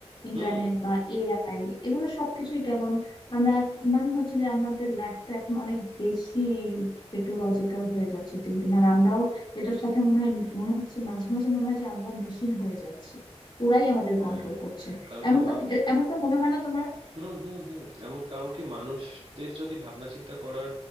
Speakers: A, on the left; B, on the right.
A: ইন্টারনেট
B: হুম
A: বা এআই এগুলো সবকিছুই কেমন আমরা আমার মনে হচ্ছে যে আমাদের লাইফটা এখন অনেক বেশি টেকনোলজিক্যাল হয়ে যাচ্ছে দিন দিন আর আমরাও
B: হুম,
A: এটার সাথে মনে হয় মনে হচ্ছে মাঝে মাঝে মনে হয় যে আমরাও মেশিন হয়ে যাচ্ছি ওরাই আমাদের
B: হ্যাঁ
A: কন্ট্রোল করছে
B: কারণ
A: এমনটা
B: কি মা
A: এমনটা মনে হয় না তোমার
B: হুম হুম হুম এমন কারণ কি মানুষদের যদি ভাবনা চিন্তা করার